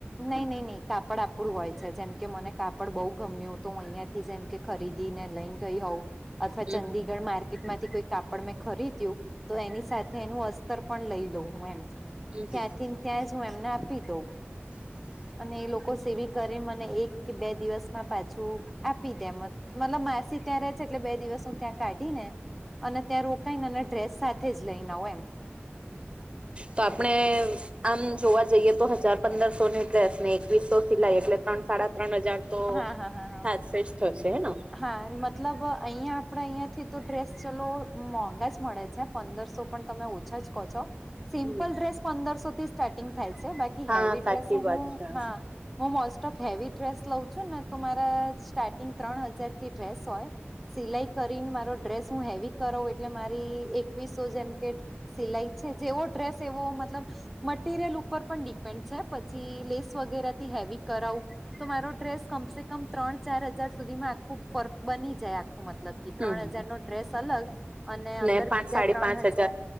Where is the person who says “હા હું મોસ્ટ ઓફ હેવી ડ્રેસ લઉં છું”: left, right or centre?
Centre